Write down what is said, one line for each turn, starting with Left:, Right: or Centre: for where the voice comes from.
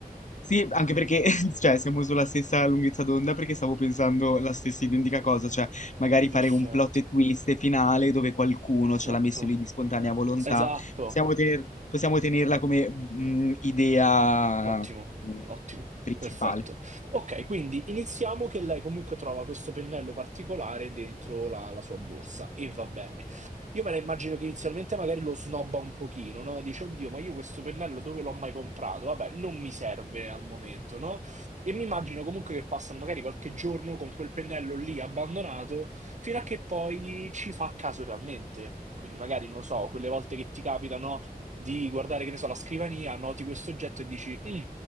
Left: sì, anche perché, <laughs> cioè, siamo sulla stessa lunghezza d'onda perché stavo pensando la stessa identica cosa, cioè, magari fare
Right: Perfetto,
Left: un plot e twist finale dove qualcuno ce
Right: esatto,
Left: l'ha messo lì di spontanea volontà,
Right: esatto.
Left: possiamo tener- possiamo tenerla come mm, idea
Right: Ottimo,
Left: mm,
Right: ottimo,
Left: principale.
Right: perfetto. Ok, quindi iniziamo che lei comunque trova questo pennello particolare dentro la, la sua borsa e va bene. Io me la immagino che inizialmente magari lo snobba un pochino, no? Dice, oddio, ma io questo pennello dove l'ho mai comprato? Vabbè, non mi serve al momento, no? E mi immagino comunque che passano magari qualche giorno con quel pennello lì abbandonato fino a che poi ci fa caso realmente. Quindi magari, non lo so, quelle volte che ti capitano di guardare, che ne so, la scrivania, noti questo oggetto e dici, "Mm,